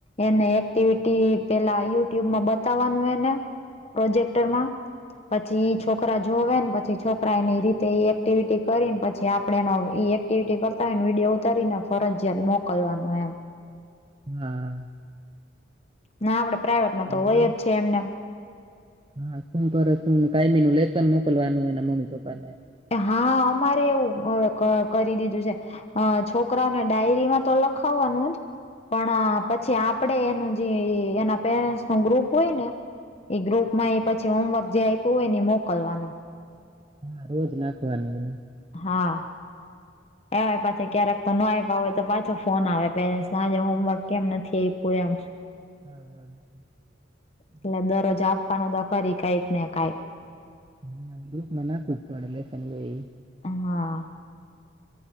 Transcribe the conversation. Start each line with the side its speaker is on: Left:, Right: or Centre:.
Left: એને એક્ટિવિટી પેલા યુટ્યુબમાં બત. ઉતારવાનુંને પ્રોજેક્ટરમાં પછી છોકરા જોવેને પછી. છોકરાની રીતે એ એક્ટિવિટી કરીને પછી આપણેનો એક્ટિવિટી કરતા હોય ને વિડીયો ઉતારીને. ફરજિયાત મોકલવાનું એમ.
Right: હમ.
Left: ના આપડણે પ્રાાઈવેટમાં તો હોય
Right: બરાબર.
Left: જ છે એમનેમ.
Right: હા શું કરું કાયમી નું લેસન મોકલવાનું એના મમ્મી પપ્પા ને.
Left: હા અમારે એવું હવે ક કરી દીધું છે. અ છોકરાઓને ડાયરીમાં તો લખાવવાનું જ. પણ પછી આપડે એનું જે એના પેરેન્ટ્સ નો ગ્રુપ હોય ને. એ ગ્રુપ માં એ પછી હોમવર્ક જે આપ્યું હોય ને એ મોકલવાનું.
Right: હા રોજ નાખવાનું મને
Left: હા એય પાછી ક્યારેક તો નો આવ્યા હોય તો પાછો ફોન આવે પેરેન્ટ્સ આજે હોમવર્ક કેમ નથી આવીપ્યું એમ
Right: હા હા
Left: એટલે દરરોજ આપવાનો તો કરી કઈક ને કાઈક
Right: હા ગ્રુપમાં નાખવું પડે લેસન હોય એ.
Left: હા.